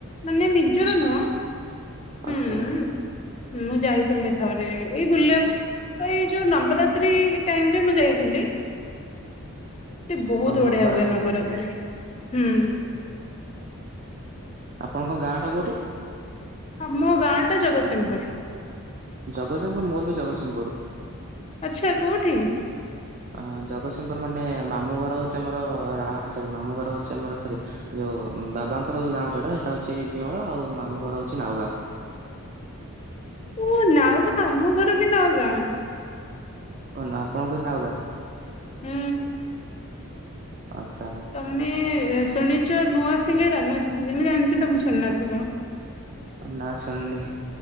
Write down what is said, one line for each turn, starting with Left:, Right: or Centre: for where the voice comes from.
Left: ମାନେ ନି ନିଜର ନୁହଁ
Right: ଆଚ୍ଛା
Left: ହୁଁ। ମୁଁ ଯାଇଥିଲି ଥରେ ଏଇ ବୁଲିବାକୁ ଏଇ ଯୋଉ ନବରାତ୍ରି ଟାଇମରେ ମୁଁ ଯାଇଥିଲି। ସେଟି ବହୁତ
Right: ନବରାତ୍ରି
Left: ବଢି ଢିଆ ହୁଏ ନବରାତ୍ରିରେ
Right: ସମୟରେ
Left: ହୁଁ ଉଁ।
Right: ଆପଣଙ୍କ ଗାଁଆଟା କୋଉଠି?
Left: ହ ମୋ ଗାଁଆଟା ଜଗତସିଂହପୁର।
Right: ଜଗତସିଂହପୁର ମୋର ବି ଜଗତସିଂହପୁର।
Left: ଆଚ୍ଛା କୋଉଠି?
Right: ଅଁ ଜଗତସିଂହପୁର ମାନେ ମାମୁଁ ଘର ହଉଛି ଆମର ରାହା ସରି ମାମୁଁ ଘର ହଉଛି ଆମର ସରି ଯୋଉ ବାବାଙ୍କର ଯୋଉ ଗାଁ ଯୋଟା ସେଇଟା ହଉଛି ବିଅଁଳା ଆଉ ମାମୁଁ ଘର ହଉଛି ନାଉଗାଁ।
Left: ଓ ନାଉଗାଁ ଆମ ଘର ବି ନାଉଗାଁ।
Right: ହନା ଆପଣଙ୍କର ନାଉଗାଁ।
Left: ହୁଁ।
Right: ଆଚ୍ଛା
Left: ତମେ ଏ ଶୁଣିଛ ନୂଆ ସିଙ୍ଗେଡା ମୁଁ ମୁଁ ଜାଣିଛି ତମେ ଶୁଣି ନଥିବ।
Right: ନାଁଆ ଶୁଣିନି।